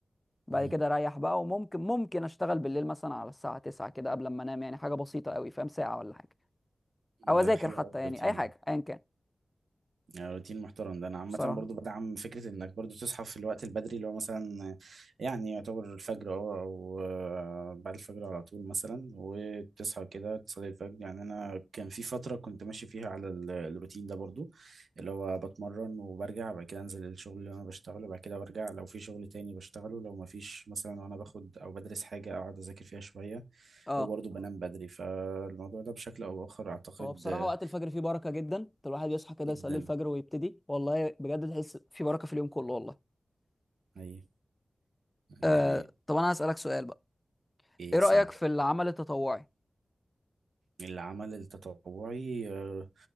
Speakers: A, on the left (about 30°); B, on the right (about 85°).
A: بعد
B: مهم.
A: كده اريح بقى وممكن ممكن اشتغل بالليل مثلا على الساعة 9 كده قبل ما انام يعني حاجة بسيطة قوي فاهم ساعة ولا حاجة او
B: ده
A: اذاكر
B: حلو
A: حتى
B: أوي الروتين
A: يعني اي حاجه
B: ده
A: ايا كان
B: آه، روتين محترم ده انا عامه
A: بصراحه
B: برضو بدعم فكره انك برضو تصحى في الوقت البدري اللي هو مثلا يعني يعتبر الفجر اه او آه، بعد الفجر على طول مثلا وتصحى كده تصلي الفجر يعني انا كان في فتره كنت ماشي فيها على ال- الروتين ده برضو اللي هو بتمرن وبرجع بعد كده انزل الشغل اللي انا بشتغله بعد كده برجع لو في شغل تاني بشتغله لو ما فيش مثلا وانا باخد او بدرس حاجه اقعد اذاكر فيها شويه
A: اه
B: وبرضو بنام بدري فالموضوع ده بشكل او باخر اعتقد
A: هو بصراحة
B: آه،
A: وقت الفجر فيه بركة جدا الواحد يصحى كده
B: جدا
A: يصلي الفجر ويبتدي والله بجد تحس في بركة في اليوم كله والله
B: هي
A: آه
B: دي حقيقة
A: طب انا هسألك سؤال بقى
B: ايه
A: ايه رأيك
B: سهل
A: في العمل التطوعي
B: العمل التطوعي آه،